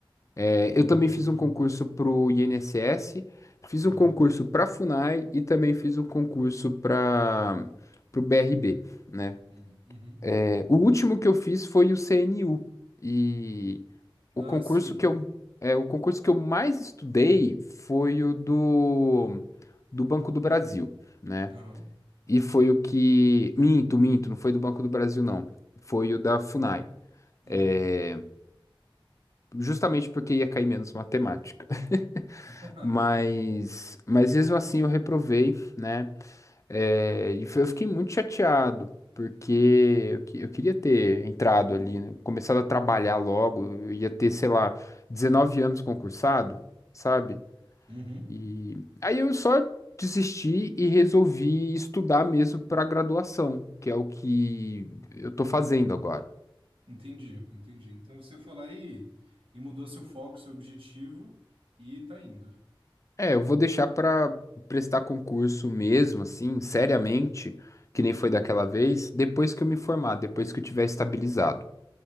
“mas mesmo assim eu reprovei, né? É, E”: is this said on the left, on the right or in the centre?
Left